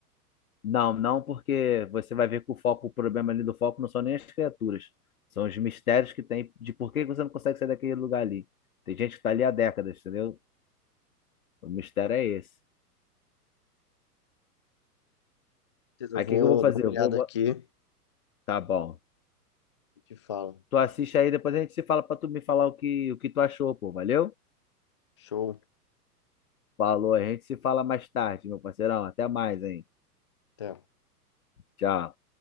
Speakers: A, on the left; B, on the left.
A: Não, não, porque você vai ver que o foco, o problema ali do foco não são nem as criaturas. São os mistérios que tem de por que você não consegue sair daquele lugar ali. Tem gente que tá ali há décadas, entendeu? O mistério é esse.
B: Beleza,
A: Aí
B: Eu
A: o
B: vou
A: que que eu vou fazer?
B: dar uma
A: Eu
B: olhada
A: vou. bo-
B: aqui
A: Tá bom.
B: e te falo.
A: Tu assiste aí, depois a gente se fala pra tu me falar o que, o que tu achou, pô. Valeu?
B: Show.
A: Falou, a gente se fala mais tarde, meu parceirão. Até mais, hein?
B: Até.
A: Tchau.